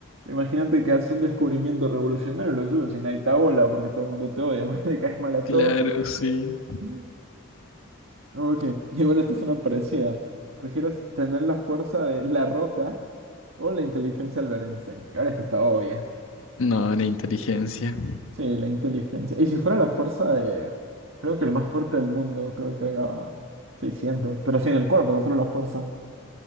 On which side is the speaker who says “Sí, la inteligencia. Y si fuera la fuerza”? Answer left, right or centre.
Right